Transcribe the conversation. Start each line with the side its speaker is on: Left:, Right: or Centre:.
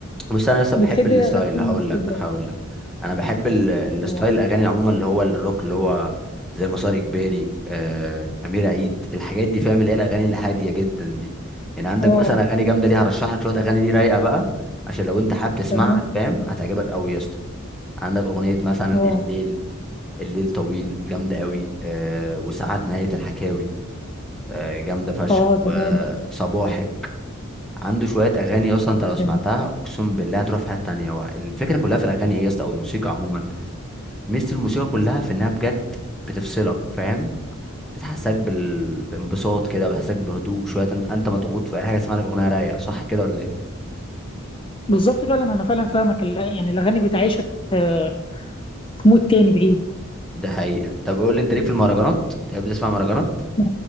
Centre: بص انا لسه بحب
Left: بتحب
Centre: الستايل
Left: ايه اغاني
Centre: هقول
Left: مصاري
Centre: لك
Left: كبيره
Centre: هقول لك انا بحب ال- الستايل
Left: اه
Centre: الاغاني عموما اللي هو الروك اللي هو زي مسار اجباري آه، امير عيد الحاجات دي فاهم اللي هي الاغاني الهاديه جدا دي يعني عندك
Left: اه
Centre: مثلا اغاني جامده دي هرشح لك شويه اغاني دي رايقه بقى عشان لو انت حابب تسمعها
Left: تمام
Centre: فاهم هتعجبك قوي يا اسطى عندك اغنيه مثلا
Left: اه
Centre: الليل الليل طويل جامده قوي آه، وساعات نهايه الحكاوي آه، جامده فشخ
Left: اه تمام
Centre: وصباحك عنده شويه اغاني اصلا انت لو سمعتها
Left: تمام
Centre: اقسم بالله هتروح في حته تانية هو الفكره كلها في الاغاني ايه يا اسطى او الموسيقى عموما ميزه الموسيقى كلها في انها بجد بتفصلك فاهم بتحسسك بال... بانبساط كده بتحسسك بهدوء شويه انت أنت مضغوط في اي حاجه اسمها لك اغنيه رايقه صح كده ولا ايه
Left: بالظبط فعلا انا فعلا فاهمك ال- يعني الاغاني بتعيشك آه، في مود تاني بعيد
Centre: ده حقيقه طب قول لي انت ليك في المهرجانات تحب تسمع مهرجانات
Left: لا